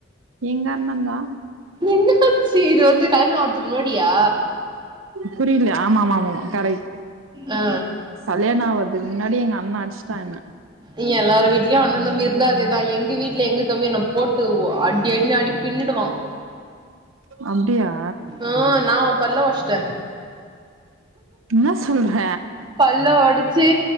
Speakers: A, on the right; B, on the right.
A: எங்க அண்ணன் தா
B: என்னகா செய்து இது வந்து கல்யாணோ ஆவுறதுக்கு முன்னாடியா
A: புரில ஆமா ஆமா ஆமாமா கரெக்ட்
B: ஆ ஆ
A: கல்யாணோ ஆவுறதுக்கு முன்னாடி எங்க அண்ண அடிஸ்ட்டா என்ன
B: இங்க எல்லார் வீட்லயு அண்ண தம்பி இருந்தா அதேதா எங்க வீட்ல எங்க தம்பி என்ன போட்டு அடி அடினு அடிப் பின்னிடுவான்
A: அப்டியா
B: ஆ நா அவ பல்ல ஒடச்சிட்டே
A: ன்ன சொல்ற
B: பல்ல ஒடச்சு